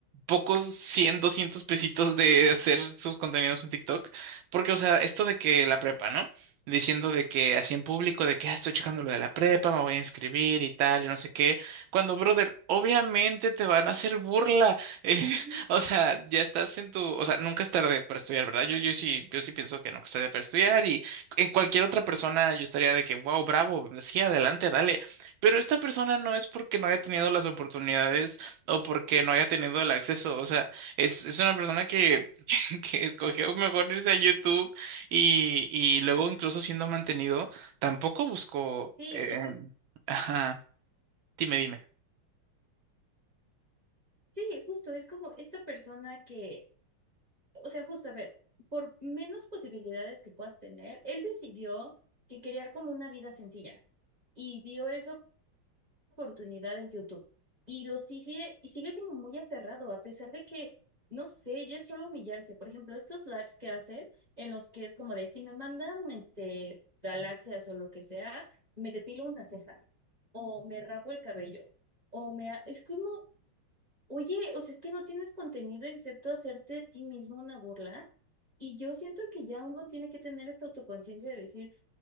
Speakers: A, on the right; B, on the right.
A: pocos 100, 200 pesitos de hacer sus contenidos en TikTok. Porque, o sea, esto de que la prepa, ¿no? Diciendo de que así en público, de que "Ah, estoy checando lo de la prepa, me voy a inscribir y tal, y no sé qué. Cuando, brother, obviamente te van a hacer burla. <laughs>
B: ujú.
A: O sea, ya estás en tu, o sea, nunca es tarde para estudiar, ¿verdad? Yo, yo sí, yo sí pienso que nunca es tarde para estudiar y en cualquier otra persona yo estaría de que, wow, bravo, sí, adelante, dale. Pero esta persona no es porque no haya tenido las oportunidades o porque no haya tenido el acceso, o sea, es, es una persona que, <laughs> que escogió mejor irse a YouTube y, y luego incluso siendo mantenido, tampoco buscó,
B: Sí,
A: eh,
B: ese es,
A: ajá, dime, dime.
B: sí, justo, es como esta persona que o sea, justo, a ver, por menos posibilidades que puedas tener, él decidió que quería como una vida sencilla y vio esa oportunidad en YouTube y lo sigue y sigue como muy aferrado a pesar de que, no sé, ya es solo humillarse. Por ejemplo, estos lives que hace en los que es como de, si me mandan este, galaxias o lo que sea, me depilo una ceja o me rapo el cabello o me... ha- Es como Oye, o sea, es que no tienes contenido excepto hacerte a ti mismo una burla. Y yo siento que ya uno tiene que tener esta autoconciencia de decir,